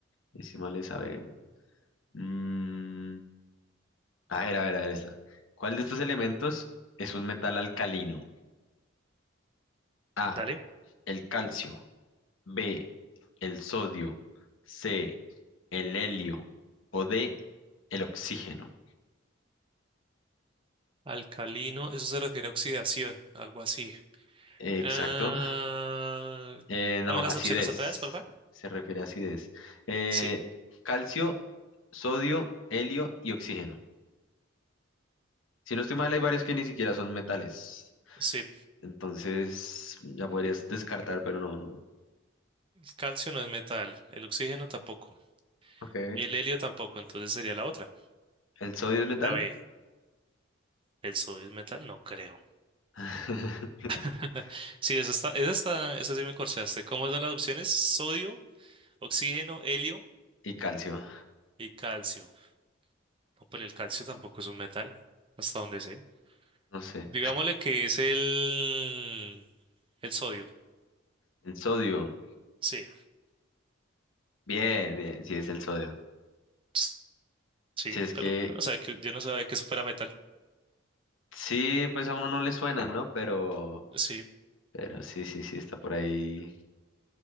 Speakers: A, on the left; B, on the right.
A: ese man le sabe. Mm, a ver, a ver, a ver esta. ¿Cuál de estos elementos es un metal alcalino? A,
B: Dale.
A: el calcio, B, el sodio, C, el helio o D, el oxígeno.
B: Alcalino, eso se refiere a oxidación, algo así.
A: Eh, Exacto.
B: Ah,
A: Eh, no,
B: dame
A: acidez.
B: las opciones otra vez, por favor.
A: Se refiere a acidez. Eh,
B: Sí,
A: calcio, sodio, helio y oxígeno. Si no estoy mal, hay varios que ni siquiera son metales.
B: sí.
A: Entonces, ya podrías descartar, pero no, no.
B: Calcio no es metal. El oxígeno tampoco.
A: Ok.
B: El helio tampoco. Entonces sería la otra.
A: ¿El sodio es metal?
B: A ver, ¿el sodio es metal? No creo.
A: <laughs>
B: <laughs> Sí, esa está, esa está, esa sí me corchaste. ¿Cómo son las opciones? Sodio, oxígeno, helio
A: Y calcio.
B: y calcio. No, pero el calcio tampoco es un metal, hasta donde sé.
A: No sé.
B: Digámosle que es el, el sodio.
A: El sodio.
B: Sí,
A: Bien, bien, sí es el sodio.
B: s- sí,
A: Si es
B: pero
A: que
B: yo no sabía que, yo no sabía que eso fuera metal.
A: sí, pues a uno no le suena, ¿no? Pero,
B: Sí,
A: pero sí, sí, sí, está por ahí.